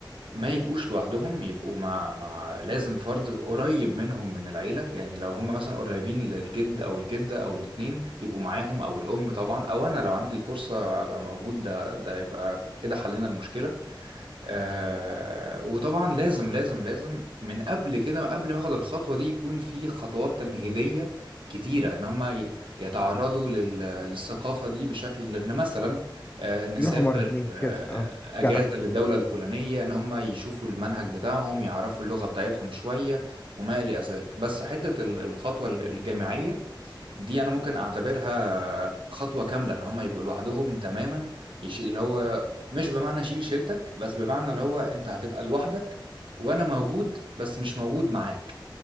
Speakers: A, on the right; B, on the left.
A: ما يبقوش لوحدهم يبقوا مع مع لازم فرد قريب منهم من العيلة يعني لو هم مثلا قريبين للجد أو الجدة أو الاتنين يبقوا معاهم أو الأم طبعا أو أنا لو عندي الفرصة أبقى موجود ده ده يبقى كده حلينا المشكلة آه وطبعا لازم لازم لازم من قبل كده قبل ما اخد الخطوه دي يكون في خطوات تمهيديه كتيره ان هم ي- يتعرضوا لل- للثقافه دي بشكل ان مثلا آه نسافر
B: يروحوا مرة اتنين
A: آه
B: كده اه
A: اجازه
B: جدع
A: للدوله الفلانيه ان هم يشوفوا المنهج بتاعهم يعرفوا اللغه بتاعتهم شويه وما الى ذلك بس حته ال- الخطوه الجامعيه دي انا ممكن اعتبرها خطوه كامله ان هم يبقوا لوحدهم تماما يشيل اللي هو مش بمعنى شيل شيلتك بس بمعنى اللي هو انت هتبقى لوحدك وانا موجود بس مش موجود معاك